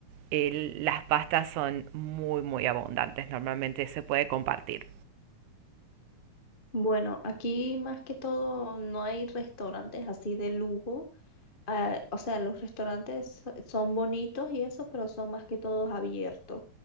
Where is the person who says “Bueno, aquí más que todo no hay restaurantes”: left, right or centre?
Left